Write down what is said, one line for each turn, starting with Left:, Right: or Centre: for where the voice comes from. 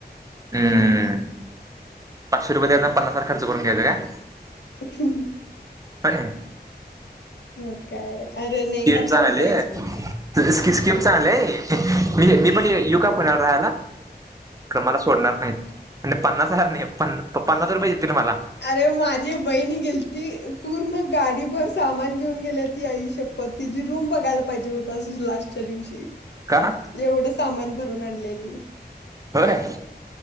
Right: हम्मम पाचशे रुपये दयायचे पन्नास हार खर्च करून घ्यायचा काय
Left: अ ह ह..
Right: पण ये
Left: म काय अरे
Right: स्किम
Left: नाही खर्च
Right: चा
Left: होतोयच
Right: आलेयिस्कीम
Left: की
Right: चा आल े मी पण युका पुणार राहायला क्र.. मला सोडणार नाहीत म्ह पन्नास हजार नाही प पन्नास रुपये देतील मला
Left: अरे माझी बहीण गेलती पूर्ण गाडी भर सामान घेऊन गेले ती आई शप्पथ तिची रूम बघायला पाहिजे होता लास्टच्या दिवशी
Right: का
Left: एवढंच सामान भरून आणलेली
Right: होय